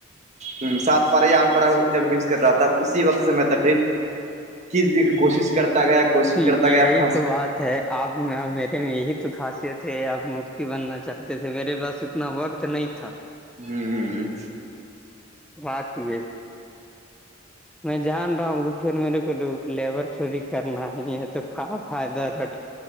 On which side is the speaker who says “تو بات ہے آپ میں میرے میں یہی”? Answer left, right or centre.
Centre